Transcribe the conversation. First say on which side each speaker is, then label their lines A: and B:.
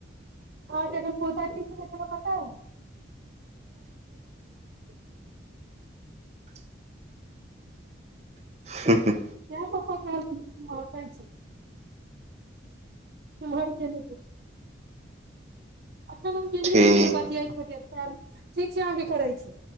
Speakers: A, on the right; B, on the right.
A: अहाँके एखन पोता कीता। <unintelligible>
B: हु हु
A: क्या पप्पा कह आ क छ। तहर के <unintelligible> एखन हम गेलियै
B: ठीक
A: रूममे बतियात बतियात पैर ठीक छै अहाँके करै छी